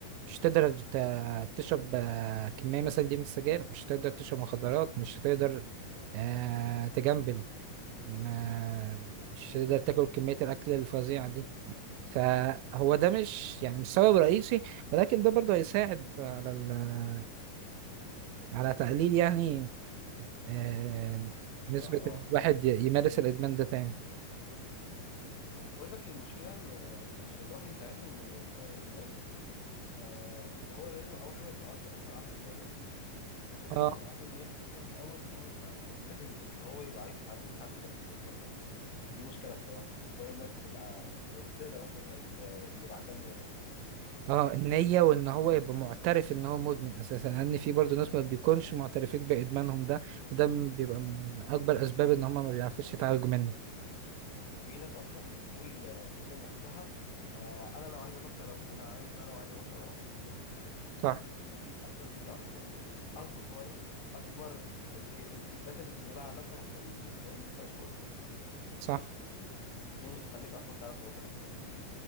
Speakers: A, on the right (about 80°); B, on the left (about 85°).
A: مش تقدر ت- تشرب آه، كميه مثلا دي من السجاير مش تقدر تشرب مخدرات مش تقدر آه، تجنبل ما
B: مم.
A: مش تقدر تاكل كميه الاكل الفظيعه دي فهو ده مش يعني مش سبب رئيسي ولكن ده برضه هيساعد على ال- على تقليل يعني آه، نسبة
B: اه اه
A: إن الواحد ي- يمارس الإدمان ده تاني
B: وبرضك المشكلة ان إن عشان الواحد يتعافي من الادمان آه ان هو لازم اول حاجة يكون عنده اصلا عنده النية لازم
A: اه
B: يكون عنده النية اصلا الاول ان هو يكون عنده لازم ان هو يبقى عايز يتع- يتعافى من الادمان ده ودي مشكلة الصراحة مش كل الناس بتبقى ت- تقدر اصلا انها ت- يبقى عندها النية
A: اه النية وإن هو يبقى معترف إن هو مدمن أساسا لأن في برضه ناس ما بيكونش معترفين بإدمانهم ده وده م- بيبقى من أكبر أسباب إن هما ما بيعرفوش يتعالجوا منه
B: في ناس اصلا بتقول بتقول لنفسها آه انا لو عايز ابطل انا عايز انا لو عايز ابطل ابطل
A: صح
B: ودي اصلا دي اصلا من اكبر اكبر الك- الكذبات اللي بتكذبها على نفسك عشان تقول ان انت مش مدمن
A: صح
B: دي مش تخليك اصلا تعرف تبطل ادمان